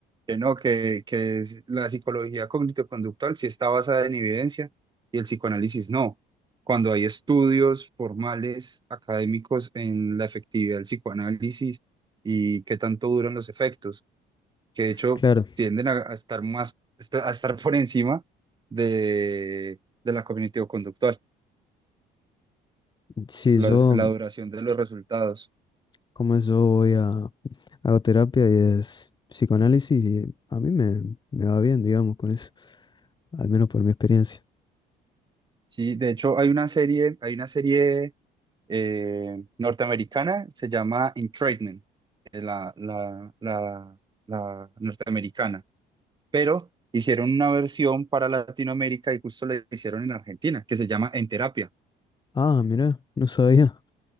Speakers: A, on the right; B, on the left.
A: que no, que, que es- la psicología cognitivo-conductual sí está basada en evidencia y el psicoanálisis no. Cuando hay estudios formales, académicos en la efectividad del psicoanálisis y qué tanto duran los efectos, que de hecho
B: claro.
A: tienden a, a estar más, a estar por encima de, de la cognitivo-conductual,
B: Sí,
A: las-
B: yo,
A: la duración de los resultados.
B: como es, yo voy a, hago terapia y es psicoanálisis y a mí me, me va bien, digamos, con eso, al menos por mi experiencia.
A: Sí, de hecho hay una serie, hay una serie eh, norteamericana se llama Entrapment, eh, la, la, la, la norteamericana, pero hicieron una versión para Latinoamérica y justo la hicieron en Argentina, que se llama En Terapia,
B: Ah, mira, no sabía.